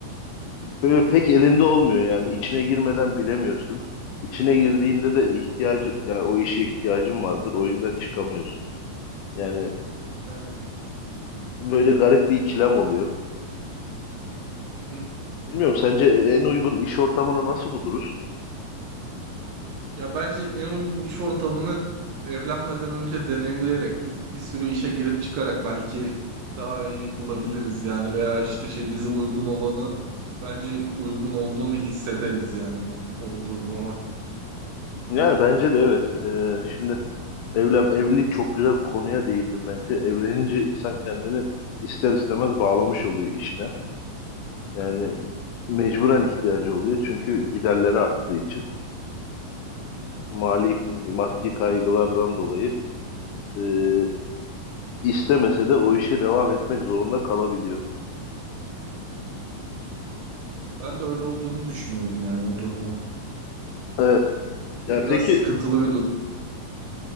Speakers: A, on the left; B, on the right.
A: Böyle pek elinde olmuyor yani içine girmeden bilemiyorsun. İçine girdiğinde de
B: Aha.
A: ihtiyacın yani o işe ihtiyacın vardır o yüzden çıkamıyorsun. Yani
B: Evet.
A: böyle garip bir ikilem oluyor.
B: Hı hı.
A: Bilmiyorum sence en uygun iş ortamını nasıl buluruz?
B: Ya bence en uygun iş ortamını evlenmeden önce deneyimleyerek biz bir sürü işe girip çıkarak belki daha iyi bulabiliriz
A: Hı hı.
B: yani veya işte şey bize uygun olanın bence uygun olduğunu hissederiz yani olduğu zaman.
A: Yani bence de evet. Ee, şimdi evlen, evlilik çok güzel bir konuya değindim bence. Evlenince insan kendini ister istemez bağlamış oluyor işine. Yani
B: Hı hı,
A: mecburen ihtiyacı oluyor çünkü giderleri arttığı için
B: hı
A: mali maddi kaygılardan dolayı. Ee, istemese de o işe devam etmek zorunda kalabiliyor.
B: hı. Ben de öyle olduğunu düşünüyorum yani o durumu.
A: Evet.
B: O
A: Ya
B: biraz
A: peki
B: sıkıntılı bir durum.